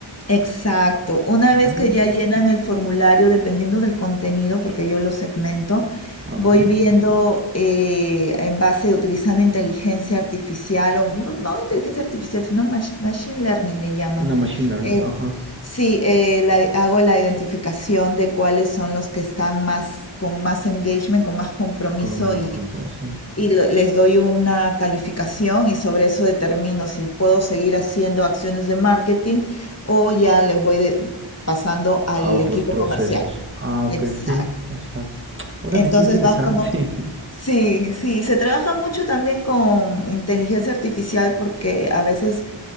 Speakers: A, on the left; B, on the right.
A: Exacto. Una vez
B: Mm,
A: que ya llenan el formulario, dependiendo del contenido, porque yo lo segmento,
B: ok,
A: voy viendo eh, en base, utilizando inteligencia artificial, o no, no inteligencia artificial, sino mach- machine learning le llaman.
B: una machine learning,
A: Eh,
B: ajá,
A: sí, eh, la- hago la identificación de cuáles son los que están más, con más engagement, con más compromiso
B: con más compro, sí.
A: y lo- les doy una calificación y sobre eso determino si puedo seguir haciendo acciones de marketing o ya les voy de- pasando al
B: A otros
A: equipo
B: procesos.
A: comercial.
B: Ah, ok,
A: Exacto.
B: sí, exacto. Órale,
A: Entonces
B: qué interesante.
A: vas como...
B: <laughs>
A: Sí, sí, se trabaja mucho también con inteligencia artificial porque a veces